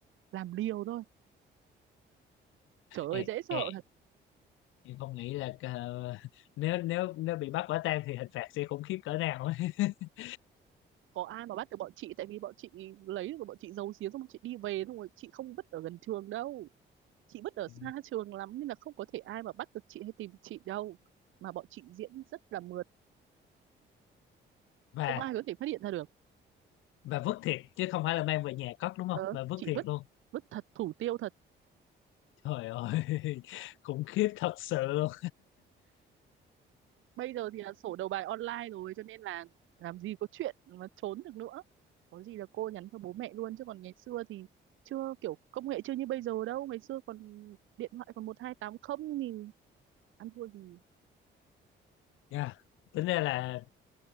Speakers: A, on the right; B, on the left.
A: làm liều thôi. Trời ơi,
B: Em,
A: dễ sợ
B: em, em không nghĩ là ờ, <laughs> nếu nếu nếu bị bắt quả tang thì hình phạt sẽ khủng khiếp cỡ nào ấy. <laughs>
A: có ai mà bắt được bọn chị tại vì bọn chị lấy được bọn chị giấu giếm xong bọn chị đi về xong rồi chị không vứt ở gần trường đâu chị vứt ở
B: Ừ.
A: xa trường lắm nên là không có thể ai mà bắt được chị hay tìm chị đâu mà bọn chị diễn rất là mượt
B: và
A: không ai có thể phát hiện ra được
B: và vứt thiệt chứ không phải là mang về nhà cất đúng không
A: ờ,
B: mà vứt
A: chị
B: thiệt
A: vứt
B: luôn
A: vứt thật thủ tiêu thật
B: trời ơi <laughs> khủng khiếp thật sự luôn
A: bây giờ thì là sổ đầu bài online rồi cho nên là làm gì có chuyện mà trốn được nữa có gì là cô nhắn cho bố mẹ luôn chứ còn ngày xưa thì chưa kiểu công nghệ chưa như bây giờ đâu ngày xưa còn điện thoại còn một hai tám không thì ăn thua gì
B: Dạ. tính ra là